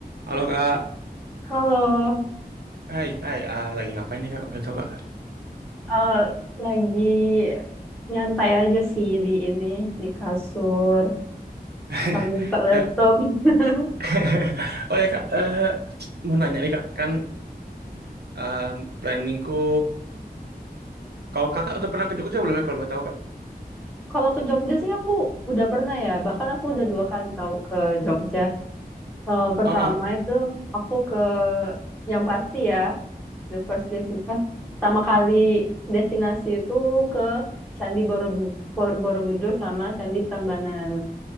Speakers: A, on the right; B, in the centre.
A: Halo Kak,
B: Halo,
A: Hai, hai, ah, lagi ngapain nih kak? Boleh tahu kak?
B: eh, lagi nyantai aja sih di ini, di kasur,
A: <laughs>
B: sambil buka laptop.
A: Eh,
B: <laughs>
A: <laughs> oh ya kak, eh, mau nanya nih kak, kan em, planningku, kalau kakak udah pernah ke Jogja belum ya kalau boleh tahu kak?
B: Kalau ke Jogja sih aku udah pernah ya, bahkan aku udah dua kali tahu ke Jogja. Eh, pertama
A: Ah,
B: itu aku ke yang pasti ya, the first destination, eh, pertama kali destinasi itu ke Candi Borobu- Bor- Borobudur sama Candi Prambanan.